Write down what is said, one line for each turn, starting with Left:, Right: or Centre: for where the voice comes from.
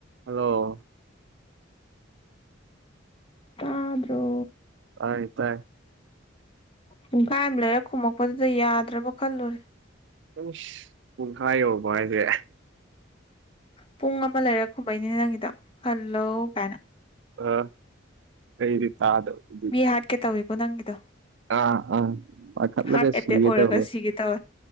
Right: hello
Left: ꯇꯥꯗꯔꯣ
Right: ꯇꯥꯏ ꯇꯥꯏ
Left: ꯄꯨꯡꯈꯥꯏ ꯑꯃ ꯂꯩꯔ ꯈꯨꯝꯃꯛꯄꯗꯨꯗ ꯌꯥꯗ꯭ꯔꯕ ꯈꯜꯂꯨꯔꯦ
Right: ꯎ ꯄꯨꯡꯈꯥꯏ ꯌꯧꯕ ꯍꯥꯏꯁꯦ
Left: ꯄꯨꯡ ꯑꯃ ꯂꯩꯔꯦ ꯈꯨꯝꯍꯩꯅꯤ ꯅꯪꯒꯤꯗ ꯍꯜꯂꯧ ꯀꯥꯏꯅ
Right: ꯑ ꯑꯩꯗꯤ ꯇꯥꯗꯕ ꯑꯗꯨꯗꯤ
Left: ꯃꯤ ꯍꯥꯠꯀꯦ ꯇꯧꯋꯤꯀꯣ ꯅꯪꯒꯤꯗꯣ
Right: ꯑ ꯑꯥ ꯄꯈꯠ
Left: ꯍꯥꯔꯠ
Right: ꯂꯩꯒꯦ
Left: ꯑꯦꯇꯦꯛ
Right: ꯁꯤꯒꯗꯧꯔꯦ
Left: ꯑꯣꯏꯔꯒ ꯁꯤꯒꯦ ꯇꯧꯋꯦ